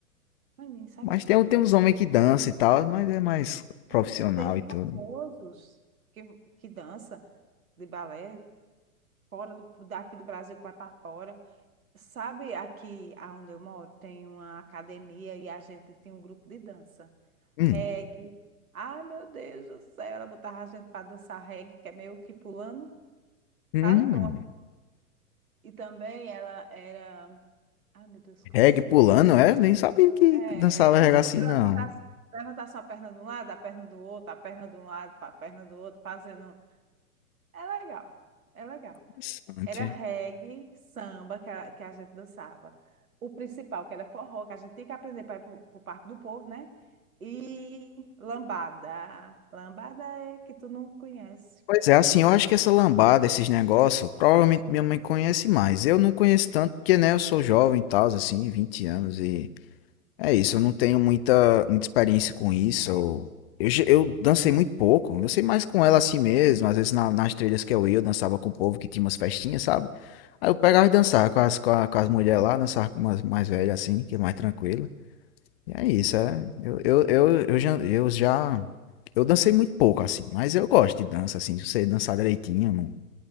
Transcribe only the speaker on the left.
Mas
tem, tem uns homens que dançam e tal, mas é mais profissional
e tudo.
Hum,
hum.
Reggae
pulando,
é? Eu nem sabia que
dançava
reggae
assim,
não.
Interessante.
Pois é, assim, eu acho que essa lambada, esses negócios, provavelmente minha mãe conhece mais. Eu não conheço tanto, porque, né, eu sou jovem e tal, assim, 20 anos e É isso, eu não tenho muita, muita experiência com isso. Eu, eu, já- eu dancei muito pouco, eu dancei mais com ela assim mesmo. Às vezes na- nas trilhas que eu ia, eu dançava com o povo que tinha umas festinhas, sabe? Aí eu pegava e dançava com as, com a- com as mulheres lá, dançava com umas mais velhas assim, que é mais tranquilo. E é isso, é. Eu, eu, eu, eu já, eu já. Eu dancei muito pouco assim, mas eu gosto de dança assim. Se você dançar direitinho,